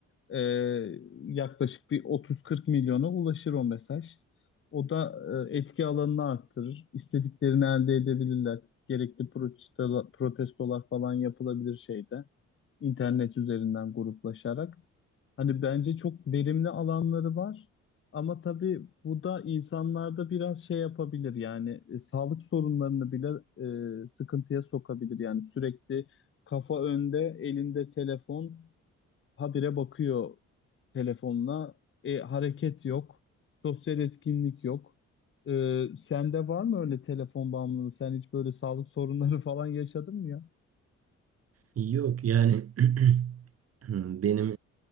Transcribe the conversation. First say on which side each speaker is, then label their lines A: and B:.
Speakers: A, on the left (about 40°); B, on the right (about 50°).
A: Ee, yaklaşık bir 30-40 milyona ulaşır o mesaj. O da e, etki alanını arttırır. İstediklerini elde edebilirler. Gerekli protestolar, protestolar falan yapılabilir şeyde. İnternet üzerinden gruplaşarak. Hani bence çok verimli alanları var. Ama tabii bu da insanlarda biraz şey yapabilir yani e, sağlık sorunlarını bile e, sıkıntıya sokabilir. Yani sürekli kafa önde, elinde telefon habire bakıyor telefonuna. E, hareket yok. Sosyal etkinlik yok. E, sende var mı öyle telefon bağımlılığı? Sen hiç böyle sağlık sorunları <laughs> falan yaşadın mı ya?
B: Yok yani <clears throat> Hmm, Benim